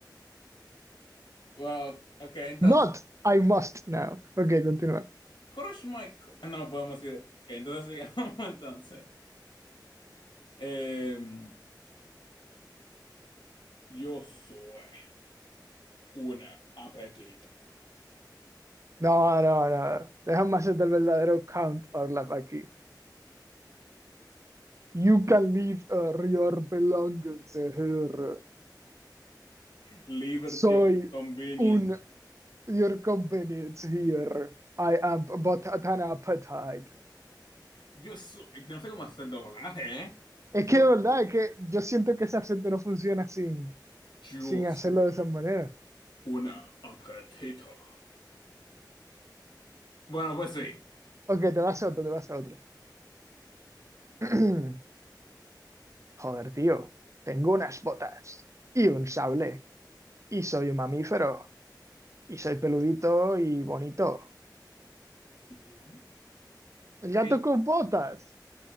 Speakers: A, on the left; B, on the right.
A: Wow. Ok, entonces.
B: Not, I must now. Ok, continúa.
A: Crush my. co- No podemos ir. Ok, entonces sigamos <laughs> entonces. Em, yo soy una apetito.
B: No, no, no. Déjame hacer el verdadero count Orlap aquí. You can leave uh, your belongings here.
A: Liber
B: Soy
A: your convenience.
B: un your convenience here. I am but an appetite.
A: Yo soy, no sé cómo hacer el doblaje, ¿eh? Yo
B: Es que de verdad,
A: soy,
B: es que yo siento que ese acento no funciona sin,
A: yo
B: sin
A: soy
B: hacerlo de esa manera.
A: una apetito. Bueno, pues sí.
B: Ok, te vas a otro, te vas a otro. <clears throat> Joder, tío, tengo unas botas y un sable y soy un mamífero. y soy peludito y bonito.
A: ¿What?
B: El gato
A: Eh,
B: con botas.